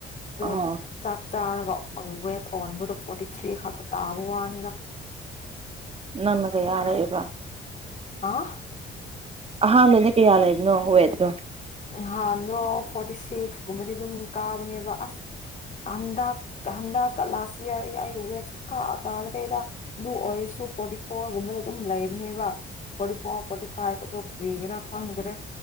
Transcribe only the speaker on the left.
ꯗꯣ
ꯆꯥꯛ ꯆꯥꯔꯒ ꯋꯦꯠ ꯑꯣꯍꯟꯕꯗꯣ ꯐꯣꯔꯇꯤ ꯊ꯭ꯔꯤ ꯈꯛꯇ ꯇꯥꯕ ꯋꯥꯅꯤꯗ
ꯑ
ꯍꯥꯟꯗꯣ ꯐꯣꯔꯇꯤ ꯁꯤꯛꯁ ꯀꯨꯝꯕꯗꯤ ꯑꯗꯨꯝ ꯀꯥꯕꯅꯦꯕ ꯑꯁ ꯑꯗ ꯀꯗ ꯀꯂꯁꯤꯌꯥ ꯌꯥꯏ ꯎ ꯆ ꯀꯥ ꯀꯥꯗꯔꯦꯗ ꯑꯗꯨ ꯑꯣꯏꯔꯁꯨ ꯐꯣꯔꯇꯤ ꯐꯣꯔꯒꯨꯝꯕꯗ ꯑꯗꯨꯝ ꯂꯩꯕꯅꯦꯕ ꯐꯣꯔꯇꯤ ꯐꯣꯔ ꯐꯣꯔꯇꯤ ꯐꯥꯏꯚ ꯑꯗꯨꯣ ꯐ꯭ꯔꯤꯒꯔ ꯈꯪꯗ꯭ꯔꯦ